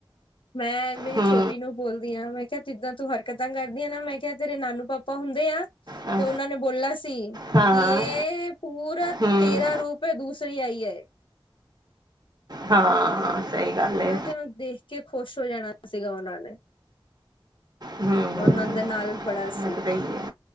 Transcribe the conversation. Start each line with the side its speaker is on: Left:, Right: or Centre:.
Left: ਮੈਂ ਮੇਰੀ
Right: ਹੂੰ
Left: ਛੋਟੀ ਨੂੰ ਬੋਲਦੀ ਆ ਮੈਂ ਕਿਹਾ ਜਿੱਦਾਂ ਤੂੰ ਹਰਕਤਾਂ ਕਰਦੀਆਂ ਨਾ ਮੈਂ ਕਿਹਾ ਤੇਰੇ ਨਾਨੂ ਪਾਪਾ ਹੁੰਦੇ ਆ
Right: ਹਾਂ
Left: ਤੇ ਉਹਨਾਂ ਨੇ ਬੋਲਨਾ ਸੀ
Right: ਹਾਂ
Left: ਕਿ
Right: ਹਾਂ,
Left: ਇਹ ਪੂਰਾ
Right: ਹੂੰ
Left: ਤੇਰਾ ਰੂਪ ਏ ਦੂਸਰੀ ਆਈ ਏ
Right: ਹਾਂ ਸਹੀ ਗੱਲ ਹੈ
Left: ਮੈਂ ਤੈਨੂੰ ਦੇਖ ਕੇ ਖੁਸ਼ ਹੋ ਜਾਣਾ ਸੀਗਾ ਉਹਨਾਂ ਨੇ।
Right: ਹੂੰ
Left: ਉਹਨਾਂ
Right: ਹੂੰ
Left: ਦੇ ਨਾਲ ਬੜਾ
Right: ਲੱਗਦਾ
Left: ਸੀ,
Right: ਹੀ ਹੈ